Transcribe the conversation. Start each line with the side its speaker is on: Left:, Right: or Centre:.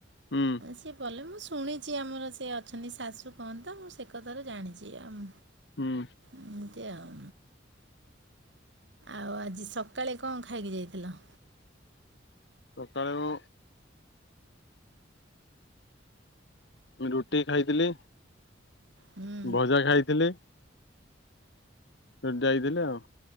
Left: ହୁଁ
Right: ସିଏ ଗଲେ ମୁଁ ଶୁଣିଚି ଆମର ସେ ଅଛନ୍ତି ଶାଶୁ କୁହନ୍ତି ତ ମୁଁ ସେ କଥାରେ ଜାଣିଚି। ଆମ୍
Left: ଉଁ।
Right: ଏମତି ଆଉ। ଆଉ ଆଜି ସକାଳେ କଣ ଖାଇକି ଯାଇଥିଲ?
Left: ସକାଳେ ମୁଁ ରୁଟି ଖାଇଥିଲି।
Right: ହୁଁ
Left: ଭଜା ଖାଇଥିଲି। ସେଠୁ ଯାଇଥିଲି ଆଉ।